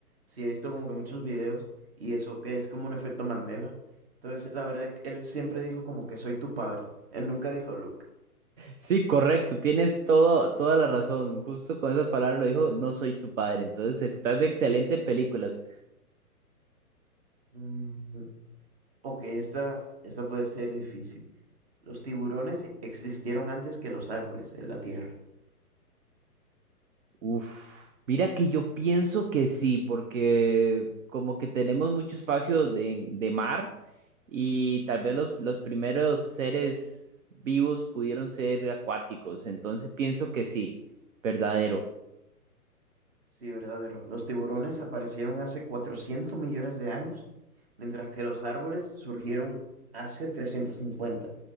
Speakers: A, on the right (about 40°); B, on the right (about 60°).
A: Sí, he visto como que muchos videos y eso que es como un efecto Mandela. Entonces, la verdad, él siempre dijo como que soy tu padre. Él nunca dijo Luke.
B: Sí, correcto, tienes todo, toda la razón. Justo con esas palabras lo dijo, no soy tu padre. Entonces, estás de excelente en películas.
A: Mm, ok, esta, esta puede ser difícil. Los tiburones existieron antes que los árboles en la Tierra.
B: Uf, mira que yo pienso que sí, porque como que tenemos mucho espacio de, de mar. Y tal vez los, los primeros seres vivos pudieron ser acuáticos. Entonces pienso que sí, verdadero.
A: Sí, verdadero. Los tiburones aparecieron hace 400 millones de años, mientras que los árboles surgieron hace 350.